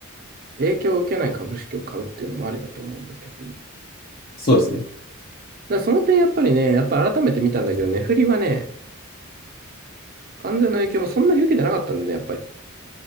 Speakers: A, on the right; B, on the left.
A: 影響を受けない株式を買うっていうのもありだと思うんだけど。だか
B: そうですね。
A: らその点やっぱりね、やっぱ改めて見たんだけど、値振りはね、関税の影響もそんなに受けてなかったんだよね、やっぱり。